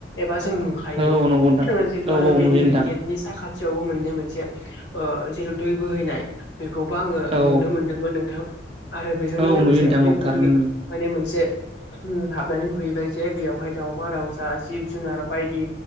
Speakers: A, on the left (about 65°); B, on the right (about 30°).
A: एबा जों नुखायो
B: औ नंगौ नोंथां
A: जिथु
B: औ
A: आरो
B: औ
A: बिनि
B: नुयो नोंथां
A: गेटनि साखाथियावबो मोननो मोनो। से ओ जेराव दै बोहैनाय बेखौबो आंङो
B: औ
A: नुनो मोनदोंमोन नोंथां आरो बेजोंनो
B: औ
A: लोगोसे
B: नुयो नोंथां
A: ओरैबायदि
B: औ थारैनो नुयो
A: माने मोनसे हाबनानै नुहैबाय जे बेयावहाय दावमा दावउज जिब जुनार बायदि